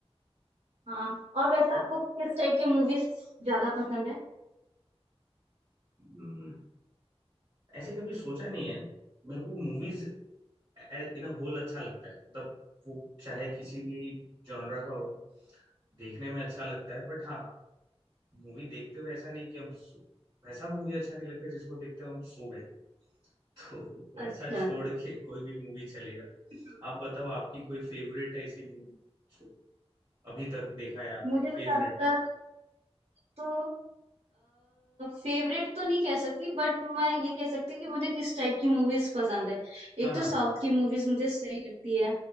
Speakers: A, on the right; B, on the right.
A: हाँ और वैसे आपको किस टाइप की मूवीज ज्यादा पसंद है
B: हम्म, ऐसे कभी सोचा नहीं है मेरे को मूवीज इन होल अच्छा लगता है मतलब वो चाहे किसी भी जॉनरा का हो देखने में अच्छा लगता है बट हाँ मूवी देखते हुए ऐसा नहीं कि हम सो- वैसा मूवी अच्छा नहीं लगता जिसको देखते हुए हम सो गए तो वैसा
A: अच्छा
B: छोड़ के कोई भी मूवी चलेगा
A: <laughs>
B: आप बताओ आपकी कोई फेवरेट है ऐसी मूवी जो अभी तक देखा है आप
A: मुझे तो
B: फेवरेट
A: ज्यादातर तो फेवरेट तो नहीं कह सकती बट मैं ये कह सकती हूँ कि मुझे किस टाइप की मूवीज पसंद है
B: हाँ
A: एक
B: हाँ
A: तो साउथ की मूवीज मुझे सही लगती है